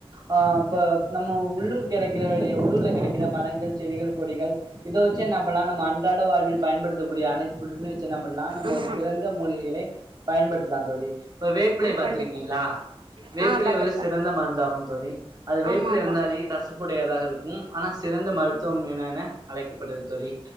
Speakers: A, on the right; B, on the right.
A: ஆ இப்போ நம்ம உள்ளூர் கெடைக்கிற கூடிய உள்ளூர்ல கெடைக்கிற மரங்கள், செடிகள், கொடிகள் இத வெச்சு என்னா பண்லா நம்ம அன்றாட வாழ்வில் பயன்படுத்தக்கூடிய அனைத்து பொருள்களயு வெச்சு என்ன பண்லா நம்ம
B: ஆமா
A: ஒரு சிறந்த மூலிகைகளை பயன்படுத்தலா தோழி இப்ப வேப்பிலை
B: ஆமா
A: பாத்துருக்கீங்ளா
B: கண்டிப்பா
A: வேப்பிலை
B: ஆ பாத்துருக்கே
A: ஒரு சிறந்த மருந்தாகும் தோழி அது வேப்பிலை
B: ஆமா ஆமா
A: வந்து அதிக கசப்புடையதாக இருக்கும் ஆனா சிறந்த மருத்துவம்
B: ம்
A: எனன அழைக்கப்படுது தோழி